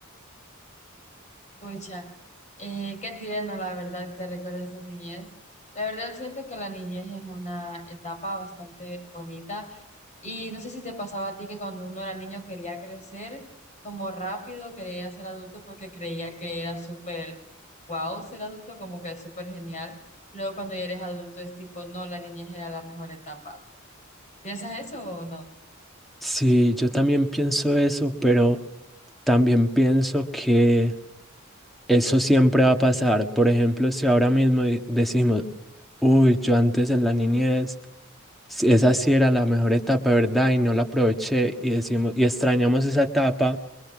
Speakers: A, on the left; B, in the centre.
A: Pucha, eh, qué tierno la verdad que recuerdes tu niñez. La verdad siento que la niñez es una etapa bastante bonita y no sé si te pasaba a ti que cuando uno era niño quería crecer como rápido, quería ser adulto porque creía que era súper wow ser adulto, como que súper genial. Luego cuando ya eres adulto es tipo, no, la niñez era la mejor etapa. ¿Piensas eso o no?
B: Sí, yo también pienso eso, pero también pienso que eso siempre va a pasar. Por ejemplo, si ahora mismo i- decimos, uy, yo antes en la niñez sí, esa sí era la mejor etapa, ¿verdad? Y no la aproveché y decimos, y extrañamos esa etapa,